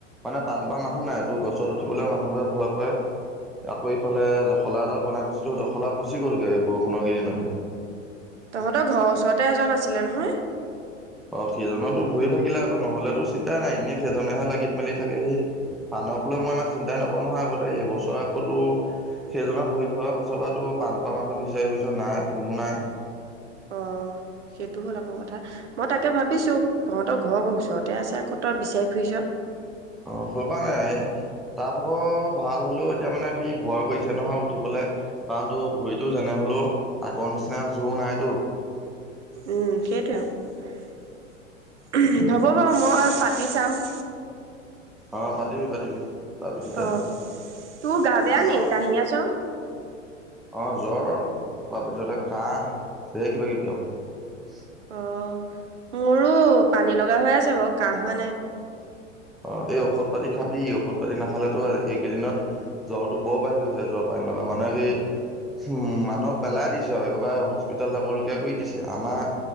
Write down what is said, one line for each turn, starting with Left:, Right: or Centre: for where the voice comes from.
Centre: মানে পানপা মানুহ নাই টোৰ গছত উঠিবলৈ মানুহবোৰে ভয় কৰে। আকৌ ইফালে জখলা এটা বনাই থৈছিলো, জখলা পচি গ'লগে এই বৰষুণৰ কেদিনতে।
Right: তহঁতৰ ঘৰৰ ওচৰতে এজন আছিলে নহয়।
Centre: অ' সেজনৰটো ভৰি ভাগিলে আকৌ নহলেতো চিন্তাই নাই এনেই সেইজনেহে লাগিত মেলি থাকে হি পা মানুহক লৈ মই ইমান চিন্তাই নকৰো নহয় আগতে এইবছৰ আকৌ তো সেইজনৰ ভৰি ভগা পাছৰ পৰা তো পাণপৰা মানুহ বিচাৰি ফুৰিছোঁ নাই কোনো নাই।
Right: অ'। সেইটো হ'ল আকৌ কথা, মই তাকে ভাবিছো তহঁতৰ ঘৰ ওচৰতে আছে আকৌ তই বিচি ফুৰিছ।
Centre: অ' স পোৱা নাই, তাৰ ভাগৰ ভাল হলেও এতিয়া মানে কি ভয় কৰিছে নহয় উঠিবলৈ। কাৰণ তো ভৰিতো যেনে হলেও আগৰ নিচিনা জোৰ নাইতো
Right: উম সেইটোয়ে আৰু হব বাৰু মই পা পাতিছাম।
Centre: অ' পাতিবি পাতিবি তাৰপিছতে
Right: অ তোৰ গাব ন
Centre: আৰু
Right: কাহ আছ
Centre: অ' জ্বৰ তাৰপিছতে কাহ ঢেৰ কিবা কিবি আৰু।
Right: অ' মোৰো পানী লগা হৈ আছে বাৰু কাহ হোৱা নাই।
Centre: অ' এই ঔষধ পাতি খাবি, ঔষধ পাতি নাখালেতো এইকেইদিনত জ্বৰতো বৰ বাঢ়ি গৈছে জ্বৰ পান ফেন লগাব নেকি? উ, মানুহক পেলাই দিছে আৰু একেবাৰে হস্পিতাল যাবলগীয়া কৰি দিছে, আমাৰ